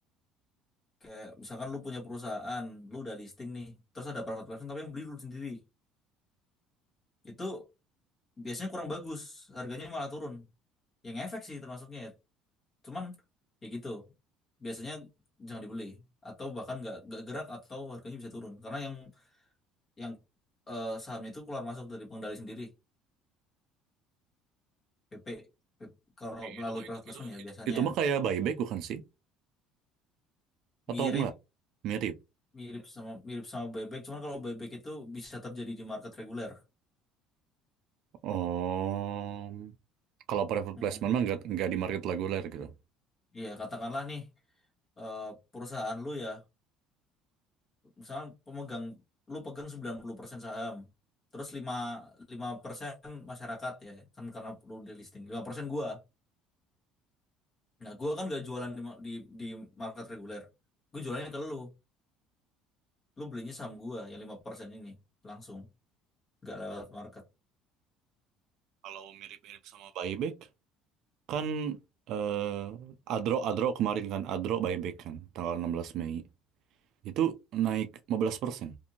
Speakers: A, on the left; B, on the right.
A: Kayak misalkan lu punya perusahaan, lu udah listing nih, terus ada private placement tapi yang beli lu sendiri. Itu biasanya kurang bagus, harganya malah turun. Yang efek sih termasuknya ya. Cuman ya gitu. Biasanya jangan dibeli atau bahkan nggak nggak gerak atau harganya bisa turun karena yang yang eh, sahamnya itu keluar masuk dari pengendali sendiri PP, P- P P, kalau melalui
B: Itu mah
A: private
B: itu,
A: placement
B: itu,
A: ya
B: itu,
A: biasanya
B: itu mah kayak buyback bukan sih?
A: mirip
B: Atau enggak? Mirip.
A: mirip sama mirip sama buyback cuman kalau buyback itu bisa terjadi di market reguler
B: Oh, kalau private
A: Mm-mm.
B: placement mah nggak nggak di market reguler gitu.
A: Iya katakanlah nih eh, perusahaan lu ya misalnya pemegang lu pegang 90% saham terus lima lima persen masyarakat ya kan karena lu di listing lima persen gua nah gua kan gak jualan di ma- di, di market reguler gua jualannya ke lu lu belinya saham gua yang 5% ini langsung nggak lewat market
B: Kalau mirip-mirip sama buyback kan eh, Adro Adro kemarin kan Adro buyback kan tanggal 16 Mei itu naik 15%.